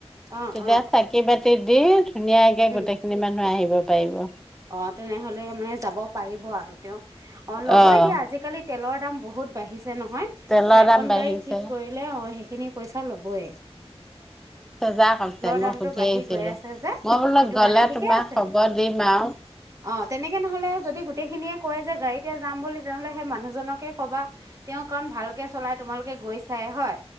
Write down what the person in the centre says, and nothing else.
তেতিয়া
চাকি বাত <unintelligible> ধুনীয়াকে
গোটেইখিনি মানুহ আহিব পাইব
অ',
তেলৰ
দাম বাঢ়িছে।
জা কৰিছে মই
সুধি
আহিছিলোঁ,
মই বোলো
গ'লে
তোমাক
খবৰ দিম আও